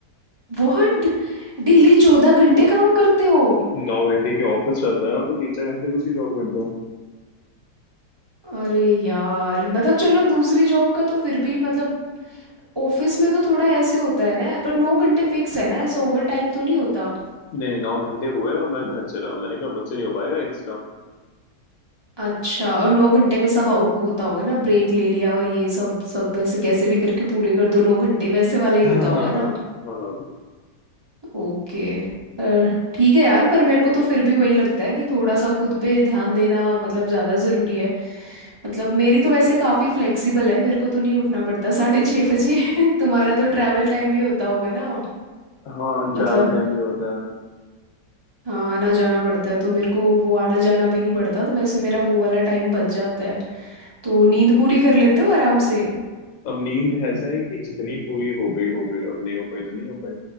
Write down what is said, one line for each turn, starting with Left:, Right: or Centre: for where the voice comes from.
Right: बहुत डेली चौदह घंटे काम करते हो
Left: नौ घंटे की ऑफिस रहता है और फिर तीन चार घंटे दूसरी जॉब करता हूँ
Right: अरे यार मतलब चलो दूसरी जॉब का तो फिर भी मतलब ऑफिस में तो थोड़ा ऐसे होता है ना पर नौ घंटे फिक्स है ना ऐसे ओवर टाइम तो नहीं होता
Left: नहीं नहीं नौ घंटे हुए और मैं घर चला हूं मैंने कहा मुझसे नहीं हो पाएगा एक्स्ट्रा
Right: अच्छा और नौ घंटे में सब हो- होता होगा ना ब्रेक ले लिया और ये सब सब ऐसे कैसे भी करके पूरे कर दो नौ घंटे वैसे वाला ही होता
Left: हाँ
Right: होगा
Left: हाँ हाँ
Right: ना
Left: हाँ
Right: ओके पर ठीक है यार पर मेरे को तो फिर भी वही लगता है कि थोड़ा सा खुद पे ध्यान देना मतलब ज़्यादा ज़रूरी है मतलब मेरी तो वैसे काफ़ी फ्लेक्सिबल है मेरे को तो नहीं उठना पड़ता साढ़े छः बजे <laughs> तुम्हारा तो ट्रैवल टाइम भी होता होगा ना
Left: हाँ हाँ ट्रैवल
Right: मतलब
Left: टाइम जो होता है
Right: हाँ आना जाना पड़ता है तो मेरे को वो आना जाना भी नहीं पड़ता तो वैसे मेरा वो वाला टाइम बच जाता है तो नींद पूरी कर लेते हो आराम से
Left: अब नींद ऐसा है कि जितनी पूरी हो गई हो गई अब नहीं हो पाई तो नहीं हो पाई